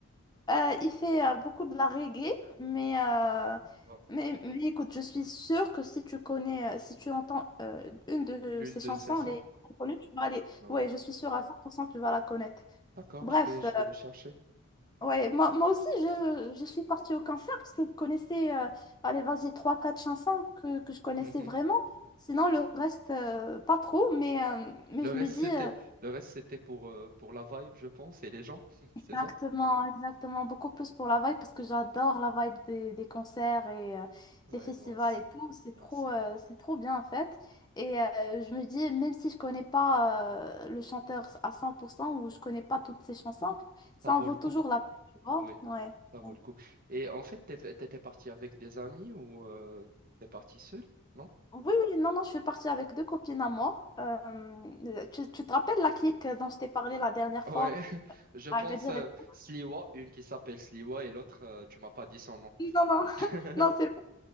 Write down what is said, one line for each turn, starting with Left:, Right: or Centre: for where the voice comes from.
Left: Euh, il fait euh, beaucoup de la reggae, mais, euh,
Right: Bon,
Left: mais, mais écoute, je suis sûre que si tu connais, euh, si tu entends euh, une de
Right: l'une
Left: ses
Right: de
Left: chansons,
Right: ses sons.
Left: les connues, tu vas aller.
Right: Ouais.
Left: Ouais, je suis sûre à 100% que tu vas la connaître.
Right: D'accord,
Left: Bref,
Right: je vais je
Left: euh,
Right: vais le chercher.
Left: ouais, moi, moi aussi, je, je suis partie au concert parce que je connaissais, euh, allez, vas-y, trois, quatre chansons que, que je connaissais
Right: Mhm.
Left: vraiment. Sinon, le reste, euh, pas trop, mais, euh, mais
Right: Le
Left: je
Right: reste
Left: me dis.
Right: c'était
Left: euh,
Right: le reste c'était pour euh, pour la vibe, je pense, et les gens, <laughs> c'est
Left: Exactement,
Right: ça?
Left: exactement. Beaucoup plus pour la vibe parce que j'adore la vibe des, des concerts et euh,
Right: Ouais,
Left: des festivals
Right: moi aussi,
Left: et tout. C'est
Right: moi
Left: trop,
Right: aussi.
Left: euh, c'est trop bien en fait. Et euh, je me dis, même si je connais pas euh, le chanteur à 100% ou je connais pas toutes ses chansons, ça
Right: Ça vaut
Left: en vaut
Right: le coup.
Left: toujours la peine, tu vois?
Right: Oui,
Left: Ouais.
Right: ça vaut
Left: Ouais.
Right: le coup. Et en fait, t'es- t'étais parti avec des amis ou euh, t'es parti seul, non?
Left: Oui, oui, non, non, je suis partie avec deux copines à moi. Euh, tu, tu te rappelles la clique dont je t'ai parlé la dernière
Right: Ouais,
Left: fois
Right: <laughs> je pense
Left: à Agadir
Right: euh,
Left: et tout?
Right: Sliwa, une qui s'appelle Sliwa et l'autre, euh, tu m'as pas dit son nom.
Left: Non, non,
Right: <laughs>
Left: <laughs> non, c'est